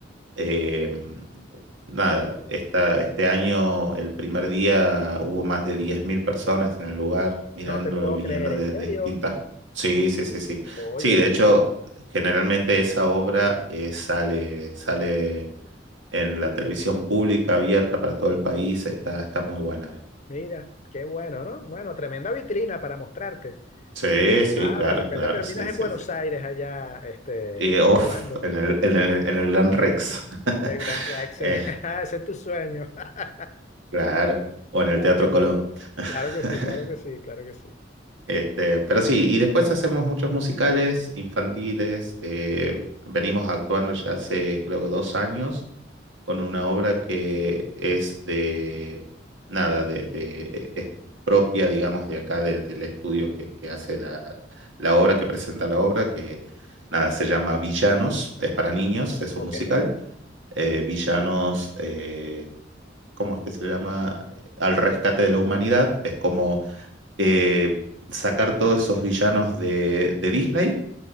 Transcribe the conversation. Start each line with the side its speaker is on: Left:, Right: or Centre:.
Right: Eh, nada, esta, este año, el primer día, hubo más de 10.000 personas en el lugar mirándolo,
Left: no te puedo
Right: viniendo
Left: creer, en
Right: de,
Left: serio.
Right: de distintas... Sí, sí, sí, sí.
Left: Oye,
Right: Sí, de hecho, generalmente esa obra eh, sale, sale en la televisión pública abierta para todo el país, está, está muy buena. eh.
Left: mira, qué bueno, ¿no? Bueno, tremenda vitrina para mostrarte.
Right: Sí, sí,
Left: Ah,
Right: claro,
Left: de repente
Right: claro,
Left: terminas
Right: sí,
Left: en
Right: sí,
Left: Buenos
Right: sí.
Left: Aires allá, este,
Right: Y off,
Left: actuando
Right: en el, en el, en el Gran Rex. <laughs>
Left: en el Gran Rex.
Right: Eh,
Left: <laughs> Ese es tu sueño. <laughs>
Right: claro, o en el
Left: Claro
Right: Teatro
Left: que sí,
Right: Colón. <laughs>
Left: claro que sí, claro que sí, claro que sí.
Right: Este, pero sí, y después hacemos muchos musicales infantiles. eh, venimos actuando ya hace creo que dos años con una obra que es de nada, de, de- eh, es propia, digamos, de acá del del estudio que, que hace la, la obra, que presenta la obra, que nada, se llama Villanos, es para niños, es un
Left: Ok,
Right: musical. eh, Villanos, eh, ¿cómo es que se llama? Eh, Al rescate de la humanidad. Es como eh, sacar todos esos villanos de, de Disney